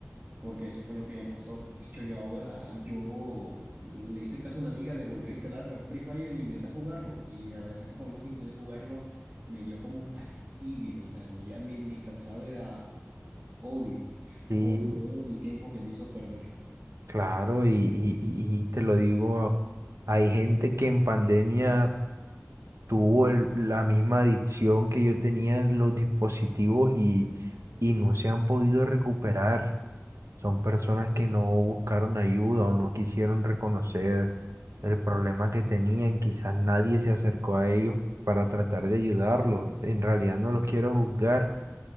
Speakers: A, on the right; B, on the right.
A: porque eso fue lo que me pasó. De hecho, yo ahora, yo le hice caso a una amiga de volver a instalar Free Fire e intentar jugarlo, y la verdad es que por más que intenté jugarlo, me dio como fastidio, o sea, me ya me, me causaba era odio
B: Sí,
A: por todo el tiempo que me hizo perder.
B: claro, y, y, y- y te lo digo, hay gente que en pandemia tuvo el- la misma adicción que yo tenía en los dispositivos y, y no se han podido recuperar. Son personas que no buscaron ayuda o no quisieron reconocer el problema que tenían. Quizás nadie se acercó a ellos para tratar de ayudarlos. En realidad no los quiero juzgar.